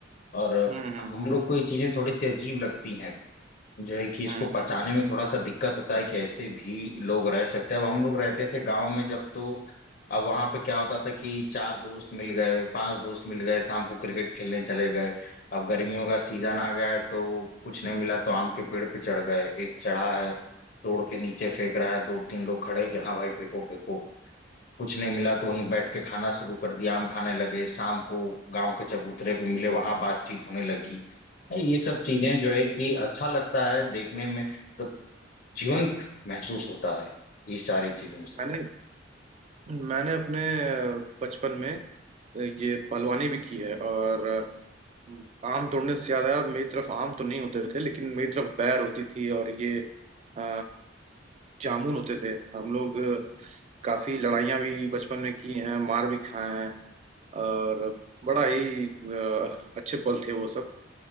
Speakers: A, on the left; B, on the right.
A: और
B: हम्म हम्म
A: हम लोग को ये चीजें थोड़ी सी अजीब लगती हैं जो है कि इसको
B: हम्म
A: पचाने
B: हम्म।
A: में थोड़ा सा दिक्कत होता है कि ऐसे भी लोग रह सकते हैं अब हम लोग रहते थे गांव में जब तो अब वहां पे क्या होता था कि चार दोस्त मिल गए पांच दोस्त मिल गए शाम को क्रिकेट खेलने चले गए अब गर्मियों का सीजन आ गया है तो कुछ नहीं मिला तो आम के पेड़ पे चढ़ गए एक चढ़ा है तोड़ के नीचे फेंक रहा है दो तीन लोग खड़े हैं कि हाँ भाई फेंको फेंको कुछ नहीं मिला तो वहीं बैठ के खाना शुरू कर दिया आम खाने लगे शाम को गांव के चबूतरे पे मिले वहां बातचीत होने लगी है, ये सब चीजें जो है कि अच्छा लगता है देखने में मतलब जीवंत महसूस होता है ये सारी चीजों से
B: मैंने मैंने अपने अ, बचपन में अ, ये पहलवानी भी की है और अ, आम तोड़ने से याद आया मेरी तरफ आम तो नहीं होते थे लेकिन मेरी तरफ बैर होती थी और ये अ, जामुन होते थे हम लोग अ, काफी लड़ाइयाँ भी बचपन में की हैं मार भी खाए हैं और बड़ा ही अ, अच्छे पल थे वो सब